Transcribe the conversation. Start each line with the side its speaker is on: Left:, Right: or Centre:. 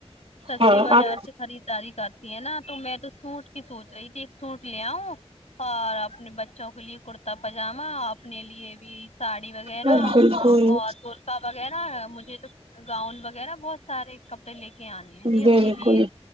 Left: سستے
Right: ہاں
Left: بازار
Right: آپ
Left: سے خریداری کرتی ہے نا تو میں تو سوٹ کی سوچ رہی تھی ایک سوٹ لے آؤں اور اپنے بچوں کے لیے کرتا پجامہ اپنے لیے بھی ساڑی وغیرہ
Right: ہاں بالکل
Left: اور گولکا وغیرہ مجھے تو گاؤں وغیرہ بہت سارے کپڑے لے کے آنے ہیں جی
Right: بالکل
Left: اپنے لیے